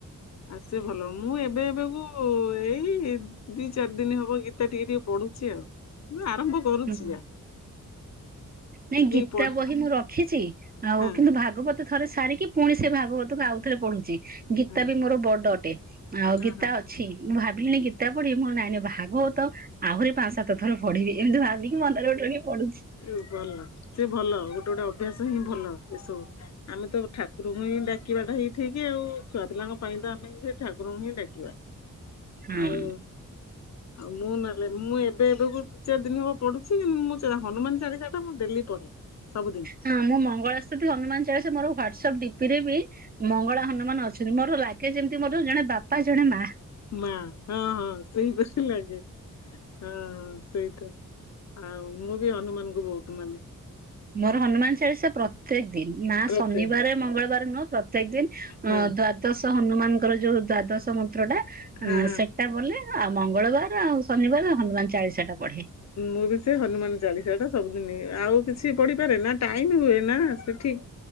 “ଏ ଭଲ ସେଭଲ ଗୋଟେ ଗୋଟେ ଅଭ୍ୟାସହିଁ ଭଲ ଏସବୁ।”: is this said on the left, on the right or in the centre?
Left